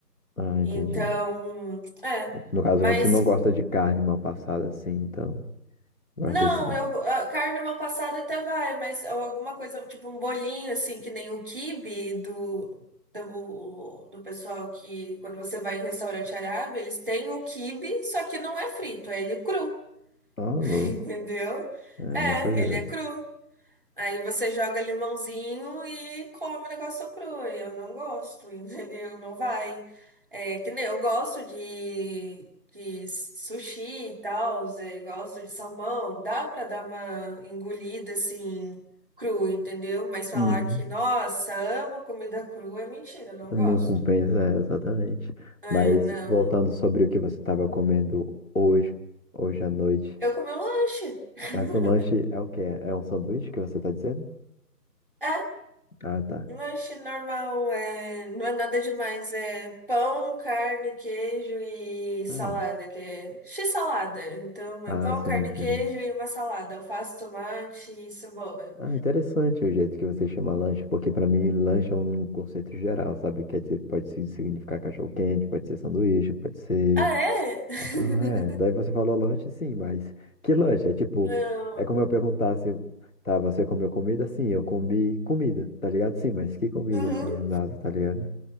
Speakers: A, on the left; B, on the right.
A: Ah, entendi.
B: Então, é.
A: No caso,
B: Mas
A: você não gosta de carne mal passada, assim, então. Gosta
B: Não,
A: desse.
B: eu, a carne mal passada até vai, mas ou alguma coisa, tipo um bolinho, assim, que nem o quibe do, do, do pessoal que, quando você vai em restaurante árabe, eles têm o quibe, só que não é frito, é ele cru,
A: Ah, louco.
B: <laughs> entendeu?
A: É,
B: É,
A: não sabia
B: ele
A: dessa.
B: é cru. Aí você joga limãozinho e come o negócio cru. E eu não gosto, <laughs> entendeu? Não vai. É, que nem eu gosto de, de sushi e tal, é, gosto de salmão. Dá pra dar uma engolida assim, cru, entendeu? Mas falar
A: Uhum.
B: que, nossa, amo comida crua é mentira, não
A: Não
B: gosto.
A: compensa, é, exatamente.
B: É,
A: Mas
B: não.
A: voltando sobre o que você estava comendo hoje, hoje à noite.
B: Eu comi um lanche. <laughs>
A: Mas o lanche é o quê? É um sanduíche que você está dizendo?
B: é
A: Ah, tá.
B: Lanche normal, é... não é nada demais, é pão, carne, queijo e
A: Ah,
B: salada, que é x-salada. Então
A: ah,
B: é pão,
A: sim,
B: carne,
A: interessante.
B: queijo e uma salada, alface, tomate e cebola.
A: Ah, interessante o jeito que você chama lanche, porque para mim lanche é um conceito geral, sabe? Quer dizer, pode se- significar cachorro-quente, pode ser sanduíche, pode ser
B: Ah, é? <laughs>
A: Macarrão, é. Daí você falou lanche, sim, mas que lanche? É tipo,
B: Não.
A: é como eu perguntasse, tá, você comeu comida? Sim, eu comi comida, tá ligado? Sim, mas que comida,
B: Uhum.
A: assim, exato, tá ligado?